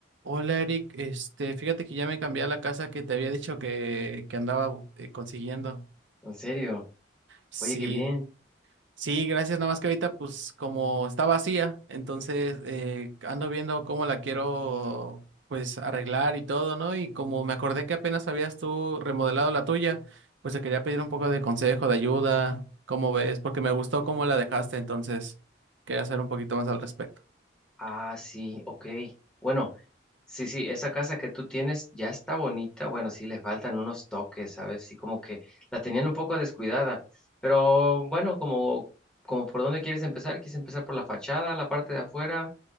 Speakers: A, on the right; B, in the centre.
A: Hola Eric, este, fíjate que ya me cambié a la casa que te había dicho que, que andaba bu- eh, consiguiendo.
B: ¿En serio?
A: Sí,
B: Oye, qué bien.
A: sí, gracias, nada más que ahorita pues como está vacía, entonces eh, ando viendo cómo la quiero pues arreglar y todo, ¿no? Y como me acordé que apenas habías tú remodelado la tuya, pues te quería pedir un poco de consejo, de ayuda, ¿cómo ves? Porque me gustó cómo la dejaste, entonces quería hacer un poquito más al respecto.
B: Ah, sí, ok. Bueno, sí, sí, esa casa que tú tienes ya está bonita. Bueno, sí, le faltan unos toques, ¿sabes? Sí, como que la tenían un poco descuidada. Pero bueno, como, como por dónde quieres empezar, ¿quieres empezar por la fachada, la parte de afuera,